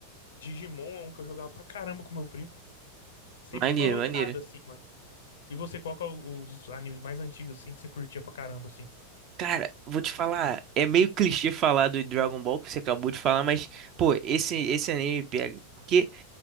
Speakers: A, on the left; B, on the right.
A: Digimon é um que eu jogava pra caramba com meu primo. Sempre
B: Maneiro,
A: foi rodeado
B: maneiro.
A: assim, mano. E você, qual que é o- os animes mais antigos assim que você curtia pra caramba assim?
B: Cara, vou te falar, é meio clichê falar do Dragon Ball que você acabou de falar, mas, pô, esse, esse anime pega. porque